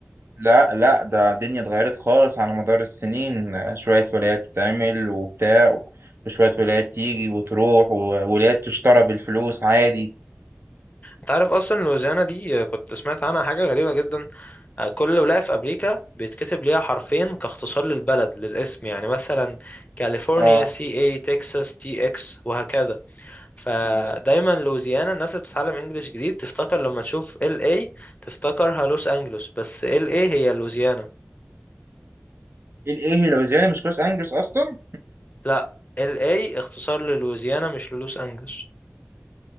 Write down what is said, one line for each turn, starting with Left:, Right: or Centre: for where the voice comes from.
Right: لا لا ده الدنيا اتغيرت خالص على مدار السنين آه، شوية ولايات تتعمل وبتاع وشوية ولايات تيجي وتروح وولايات تشترى بالفلوس عادي
Left: أنت عارف أصلا لويزيانا دي آه، كنت سمعت عنها حاجة غريبة جدا آه، كل ولاية في أمريكا بيتكتب ليها حرفين كاختصار للبلد للاسم يعني مثلا كاليفورنيا
Right: اه
Left: سي اي تكساس تي اكس وهكذا فدايما
Right: بالظبط
Left: لويزيانا الناس اللي بتتعلم انجليش جديد تفتكر لما تشوف ال اي تفتكرها لوس انجلوس بس ال اي هي لويزيانا
Right: ايه ايه لوزيانا مش لوس انجلوس اصلا
Left: لا ال اي اختصار للويزيانا مش للوس انجلوس